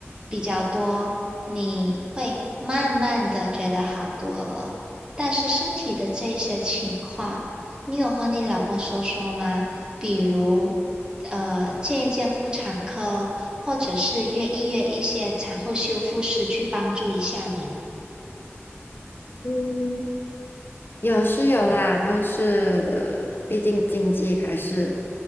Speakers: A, on the right; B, on the left.
A: 比较多，你会慢慢的觉得好多了。但是身体的这些情况，你有和你老公说说吗？比如，呃，见一见妇产科，或者是约一约一些产后修复师去帮助一下你。
B: 嗯，有是有啦，但是毕竟经济还是